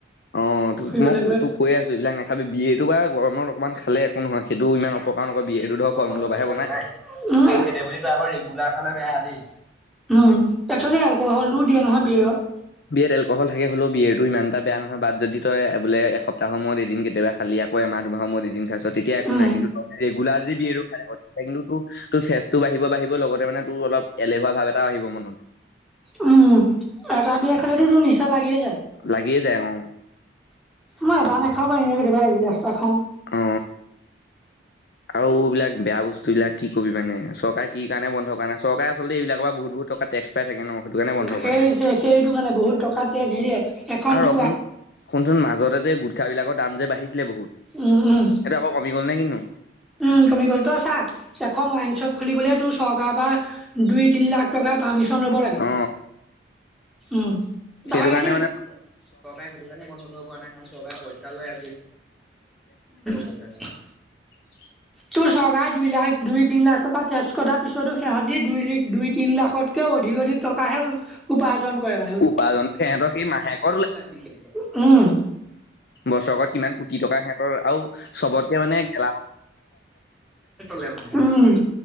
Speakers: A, on the left; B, in the centre.
A: অ' ত
B: ফুৰিবলৈ
A: মই
B: গৈ।
A: তোক কৈ আছোঁ এইবিলাক নাখাবি বিয়েৰটো বাৰু গৰমত অকমান খালে একো নহয় সেইটো ইমান।
B: বিয়েৰটো
A: অপকাৰ নকৰে ধৰ
B: ফল
A: মূলৰ
B: মূল
A: পৰাহে
B: পৰাই বনাই সেইটো বুলি তই আকৌ ৰেগুলাৰ খালে বেয়া দেই। উম, একচুৱেলি এলকহল টোও দিয়ে নহয় বিয়েৰত।
A: বিয়েৰত এলক'হল থাকে হলেও বিয়েৰ। ইমানটা বেয়া নহয় বা যদি তই বোলে এসপ্তাহ সময়ত এদিন কেতিয়াবা খালি আকৌ এমাহ দুমাহ সময়ত এদিন খাইছ। তেতিয়া একো
B: উম।
A: নাই কিন্তু ত ৰেগুলাৰ যদি বিয়েৰ খাই থাক তেতিয়া কিন্তু তোৰ চেচটো বাঢ়িব বাঢ়িব লগতে মানে তোৰ। অলপ এলেহুৱা ভাৱ এটাও আহিব মনলৈ।
B: উম, এটা বিয়েৰ খালোতো তোৰ নিচা লাগিয়ে যায়।
A: লাগিয়ে যায় অ
B: মই এটা নেখাও‌ বাৰু এনেই কেতিয়াবা এগিলাচ‌। পা খাওঁ।
A: অ। আৰু এইবিলাক বেয়া বস্তু। বস্তুবিলাক কি কবি মানে চৰকাৰে কি কাৰণ বন্ধ কৰাই চৰকাৰে আচলতে এইবিলাকৰ বহুত বহুত টকা। টেক্স পাই থাকে ন সেইটো কাৰণে বন্ধ
B: সেই
A: কৰা নাই
B: সেইটো, কাৰণে বহুত টকা টেক্স দিয়ে এখনতো।
A: আৰু অসোন শুনচোন মাজতে যে গুটখাব বিলাকৰ দাম যে বাঢ়িছিলে বহুত।
B: উম উম
A: সেইটো আকৌ কমি গ'ল নে কিনো?
B: উম, কমি গ'লতো আছা এখন ৱাইন শ্বপ খুলিবলৈ তোৰ চৰকাৰ। তাৰ পৰা দুই তিনি লাখ টকাৰ পাৰ্মিশচন ল'ব লাগে।
A: অ
B: উম
A: সেইটো
B: দাবাই খাই
A: কাৰণে
B: দে।
A: মানে
B: চৰকাৰে সেইটো কাৰণে বন্ধ কৰিব পৰা নাই কাৰণ চৰকাৰে পইচা লৈ আছে।
A: উ
B: তোৰ চৰকাৰে দুই লাখ দুই তিনি লাখ টকা টেক্স কটা পিছতো সিহঁতি দুই দুই তিনি লাখতকৈ অধিক অধিক টকাহে উপাৰ্জন কৰে মানে উপ্
A: উপাৰ্জন সিহঁতৰ সেই মাহেকত
B: উম
A: বছৰকত কিমান কোটি টকা সিহঁতৰ আৰু চবতকে মানে গেলা
B: উম